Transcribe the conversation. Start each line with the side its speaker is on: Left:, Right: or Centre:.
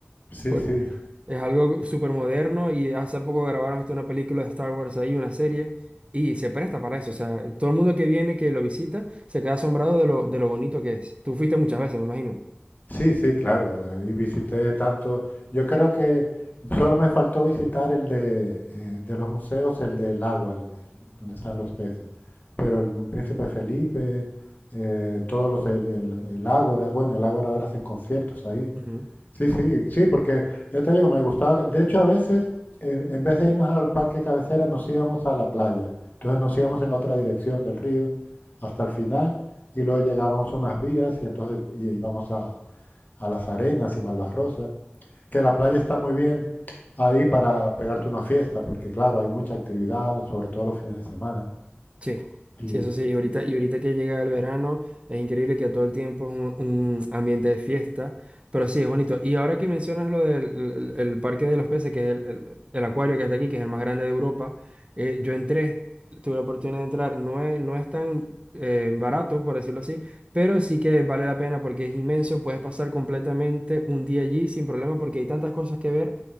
Left: sí,
Right: Pues,
Left: sí,
Right: es algo súper moderno y hace poco grabaron hasta una película de Star Wars ahí, una serie, y se presta para eso. O sea, todo el mundo que viene, que lo visita, se queda asombrado de lo, de lo bonito que es. Tú fuiste muchas veces, me imagino.
Left: sí, sí, claro. eh, Y visité tanto. Yo creo que solo me faltó visitar el de, eh, de los museos, el del agua, el, el- donde están los peces. Pero el Príncipe Felipe, eh, todos los, el, el, el Ágora, bueno, el Ágora ahora hacen conciertos ahí.
Right: Ujú.
Left: Sí, sí, sí, porque ya te digo, me gustaba. De hecho, a veces, en, en vez de irnos al parque cabecera, nos íbamos a la playa. Entonces nos íbamos en la otra dirección del río hasta el final y luego llegábamos a unas vías y entonces y- íbamos a, a las arenas y Malvarrosa. Que la playa está muy bien ahí para pegarte una fiesta, porque claro, hay mucha actividad, sobre todo los fines de semana.
Right: Sí,
Left: Y,
Right: sí, eso sí. Y ahorita, y ahorita que llega el verano, es increíble que todo el tiempo es un, un ambiente de fiesta, pero sí, es bonito. Y ahora que mencionas lo del el- el Parque de los Peces, que es el, el- el acuario que está aquí, que es el más grande de Europa, eh, yo entré, tuve la oportunidad de entrar, no es, no es tan eh, barato, por decirlo así, pero sí que vale la pena porque es inmenso, puedes pasar completamente un día allí sin problema porque hay tantas cosas que ver